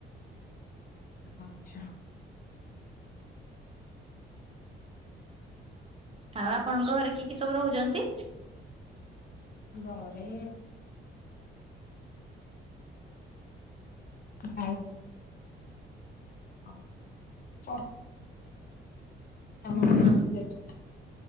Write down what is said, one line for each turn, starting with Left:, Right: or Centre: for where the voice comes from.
Left: ଆଚ୍ଛା
Right: ଆଉ ଆପଣଙ୍କ ଘରେ କି କି ସବୁ ରହୁଛନ୍ତି?
Left: ଘରେ ଭାଇ ହଁ <inaudible>
Right: ହୁଁ